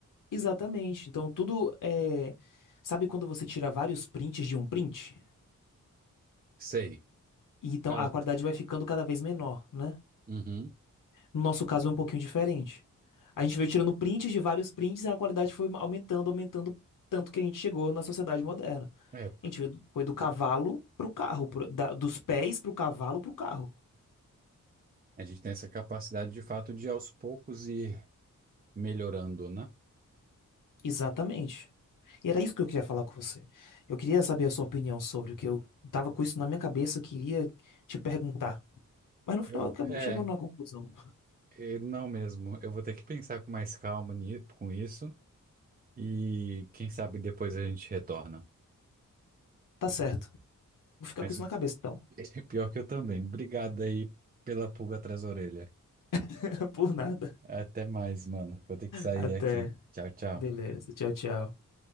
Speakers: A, on the left; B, on the right.
A: Exatamente. Então, tudo é. Sabe quando você tira vários prints de um print?
B: Sei.
A: E então
B: Cara,
A: a qualidade vai ficando cada vez menor, né?
B: uhum.
A: No nosso caso é um pouquinho diferente. A gente veio tirando prints de vários prints e a qualidade foi aumentando, aumentando, tanto que a gente chegou na sociedade moderna.
B: É,
A: A gente veio do- foi do cavalo pro carro, pro- da- dos pés pro cavalo pro carro.
B: a gente tem essa capacidade de fato de aos poucos ir melhorando, né?
A: Exatamente. E era isso que eu queria falar com você. Eu queria saber a sua opinião sobre o que eu tava com isso na minha cabeça, eu queria te perguntar. Mas no final
B: Eu,
A: acabamos
B: é,
A: chegando numa conclusão.
B: é, não mesmo. Eu vou ter que pensar com mais calma ni- com isso e quem sabe depois a gente retorna.
A: Tá certo. Vou ficar
B: Mas
A: com isso na cabeça então.
B: <laughs> pior que eu também. Obrigado aí pela pulga atrás da orelha.
A: <laughs> Por nada.
B: Até mais, mano. Vou ter que sair
A: Até.
B: aqui. Tchau, tchau.
A: Beleza. Tchau, tchau.